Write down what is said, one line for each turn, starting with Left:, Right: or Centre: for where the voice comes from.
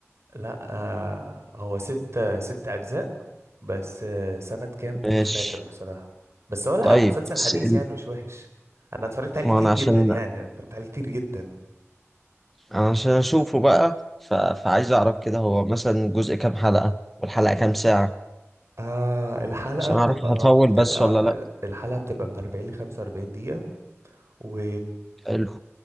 Right: لا آه، هو ست ست اجزاء بس آه، سنة كام دي
Centre: ماشي
Right: مش فاكر بصراحة بس هو لا
Centre: طيب
Right: هو مسلسل
Centre: س...
Right: حديث
Centre: ال-
Right: يعني مش وحش انا اتفرجت عليه
Centre: ما
Right: كتير
Centre: انا
Right: جدا
Centre: عشان
Right: يعني اتفرجت عليه كتير جدا
Centre: عشان اشوفه بقى ف... فعايز اعرف كده هو مثلا جزء كام حلقة والحلقة كام ساعة
Right: آه الحلقة
Centre: عشان
Right: بتبقى
Centre: اعرف هطول
Right: بتبقى
Centre: بس ولا لا
Right: الحلقة بتبقى من 40 ل 45 دقيقة و...
Centre: حلو